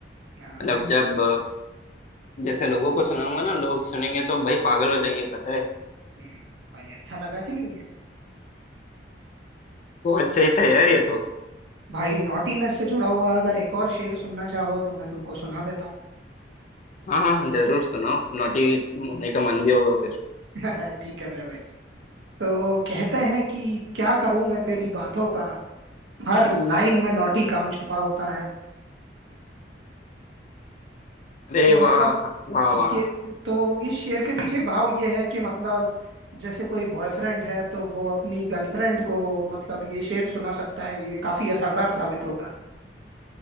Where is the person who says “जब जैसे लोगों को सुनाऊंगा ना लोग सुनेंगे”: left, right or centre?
Left